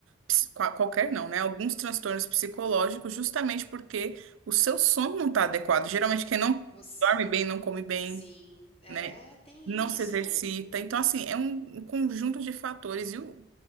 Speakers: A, on the right (about 75°); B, on the left (about 30°).
A: ps- qua- qualquer não, né? Alguns transtornos psicológicos, justamente porque o seu sono não está adequado. Geralmente quem não
B: Você-
A: dorme bem, não come bem
B: Sim, é,
A: né?
B: tem
A: Não
B: isso.
A: se exercita. Então, assim, é um, um conjunto de fatores. E o,